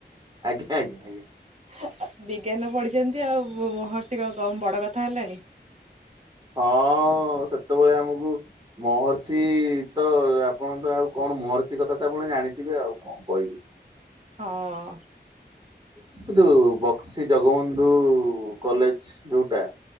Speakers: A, on the right (about 20°); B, on the right (about 40°).
A: ଆଜ୍ଞା ଆଜ୍ଞା ଆଜ୍ଞା
B: ଆଃ ଆ ବିଜ୍ଞାନ ପଢିଛନ୍ତି ଆଉ ମହର୍ଷି କଣ କମ୍ ବଡ କଥା ହେଲାଣି।
A: ହଁ ସେତେବେଳେ ଆମକୁ ମହର୍ଷି ତ ଆପଣ ତ ଆଉ କଣ ମହର୍ଷି କଥା ତ ଆପଣ ଜାଣିଥିବେ ଆଉ। କଁ କହିବି।
B: ହଁ
A: କିନ୍ତୁ ବକ୍ସି ଜଗବନ୍ଧୁ କଲେଜ ଯୋଉଟା